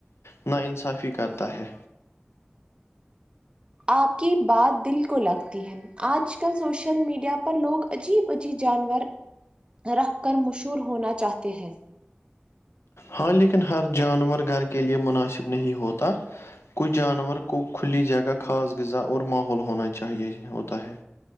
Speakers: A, on the left; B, on the right.
A: نا انصافی کرتا ہے
B: آپ کی بات دل کو لگتی ہے آج کل سوشل میڈیا پر لوگ عجیب عجیب جانور رکھ کر مشہور ہونا چاہتے ہیں
A: ہاں لیکن ہر جانور گھر کے لئے مناسب نہیں ہوتا کچھ جانور کو کھلی جگہ خاص غذا اور ماحول ہونا چاہیے ہوتا ہے